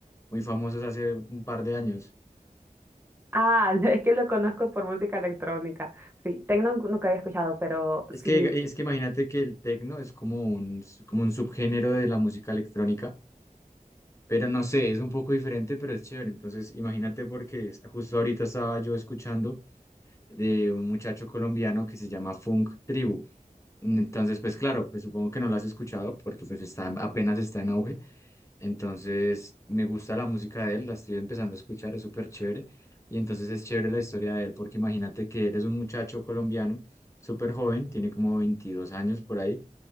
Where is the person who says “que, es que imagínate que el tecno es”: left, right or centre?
Left